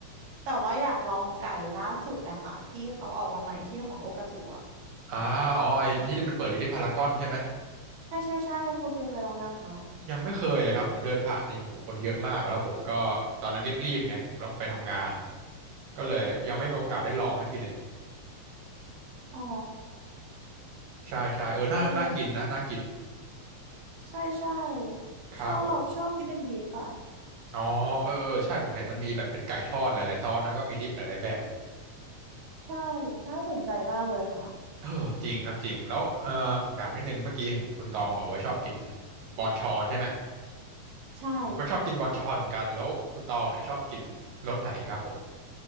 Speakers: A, on the right; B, on the right.
A: แต่ว่าอยากลองไก่ล่าสุดอะค่ะที่เขาออกมาใหม่ที่ของโอกาจูอะ
B: อ่าอ๋อไอ้ที่มันเปิดอยู่ที่พารากอนใช่ไหม
A: ใช่ใช่ใช่คุณฟิลเคยลองยังคะ
B: ยังไม่เคยเลยครับผมเดินผ่านนี่โหคนเยอะมากแล้วผมก็ตอนนั้นรีบๆไงผมต้องไปทำงานก็เลยยังไม่มีโอกาสได้ลองสักทีหนึ่ง
A: อ๋อ
B: ใช่ใช่เออน่าน่ากินนะน่ากิน
A: โอ้ใช่ใช่
B: ครับผม
A: ชอบชอบที่เป็นดิปอะ
B: อ๋อเออเออใช่ผมเห็นมันมีแบบเป็นไก่ทอดหลายๆซอสนะก็มีดิปหลายๆแบบ
A: ใช่น่าสนใจมากเลยค่ะ
B: เออจริงครับจริงแล้วเออผมถามนิดนึงเมื่อกี้เห็นคุณตองบอกว่าชอบกินบอนชอนใช่ไหม
A: ใช่
B: ผมก็ชอบกินบอนชอนเหมือนกันแล้วคุณตองเนี่ยชอบกินรสไหนครับผม